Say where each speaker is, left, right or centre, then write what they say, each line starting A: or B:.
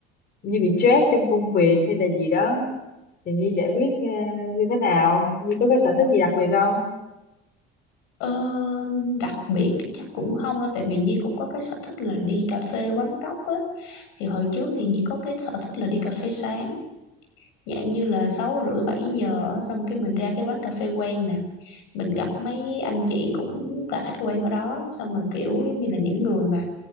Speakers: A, on the left; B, on the left.
A: Nhi bị stress trong công việc hay là gì đó thì Nhi giải quyết ờ, như thế nào Nhi có cái sở thích gì đặc biệt không
B: Ờ, đặc biệt thì chắc cũng không đâu, tại vì Nhi cũng có cái sở thích là đi cà phê quán cóc á. Thì hồi trước thì Nhi có cái sở thích là đi cà phê sáng, dạng như là 6 rưỡi 7 giờ á, xong cái mình ra cái quán cà phê quen nè. Mình gặp mấy anh chị cũng là khách quen ở đó, xong rồi kiểu giống như là những người mà